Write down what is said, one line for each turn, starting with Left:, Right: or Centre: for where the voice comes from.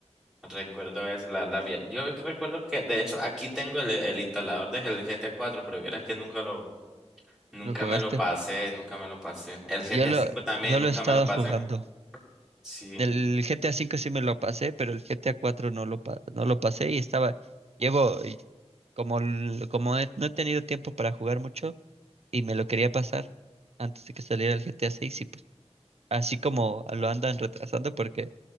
Centre: recuerdo eso, la, la vi- Yo recuerdo que, de hecho, aquí tengo el, el instalador del GTA 4, pero vieras que nunca lo, nunca
Right: ¿Lo jugaste?
Centre: me lo pasé, nunca me lo pasé. El GTA
Right: Yo lo,
Centre: 5 también,
Right: yo
Centre: nunca
Right: lo he estado
Centre: me lo pasé.
Right: jugando,
Centre: Sí,
Right: El GTA V sí me lo pasé, pero el GTA 4 no lo, pa- no lo pasé y estaba, llevo, y como, l- como he- no he tenido tiempo para jugar mucho y me lo quería pasar antes de que saliera el GTA 6 y pues así como lo andan retrasando porque